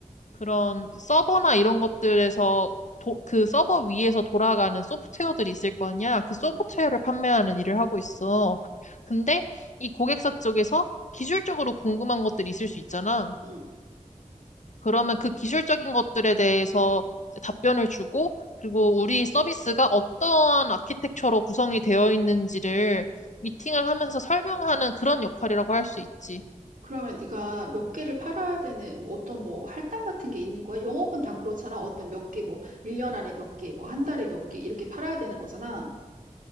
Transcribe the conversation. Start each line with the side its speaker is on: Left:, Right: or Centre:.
Left: 그런 서버나 이런 것들에서 도, 그 서버 위에서 돌아가는 소프트웨어들이 있을 거 아니야. 그 소프트웨어를
Right: 응,
Left: 판매하는 일을 하고 있어. 근데 이 고객사 쪽에서 기술적으로 궁금한 것들이 있을 수 있잖아.
Right: 응.
Left: 그러면 그 기술적인 것들에 대해서 이제 답변을 주고, 그리고 우리 서비스가 어떤 아키텍처로 구성이 되어 있는지를 미팅을 하면서 설명하는 그런 역할이라고 할 수 있지.
Right: 그러면 네가 몇 개를 팔아야 되는 뭐 어떤 뭐 할당 같은 게 있는 거야? 영업은 다 그렇잖아. 어떤 몇 개, 뭐 1년 안에 몇 개, 뭐 한 달에 몇 개 이렇게 팔아야 되는 거잖아.